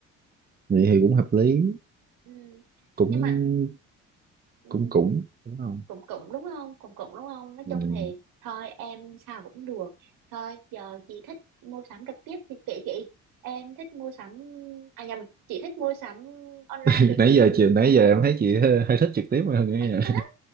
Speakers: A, on the right; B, on the right.
A: vậy thì cũng hợp lý
B: ừ.
A: cũng
B: nhưng mà ừ.
A: cũng cũng đúng không
B: cũng cũng đúng không cũng cũng đúng không nói
A: ừ.
B: chung thì thôi em sao cũng được thôi giờ chị thích mua sắm trực tiếp thì kệ chị em thích mua sắm à nhầm chị thích mua sắm online
A: <laughs>
B: kệ
A: nãy
B: chị
A: giờ chị nãy
B: <laughs>
A: giờ em thấy chị hơi, hơi thích trực tiếp hơn nha
B: Mắc quá.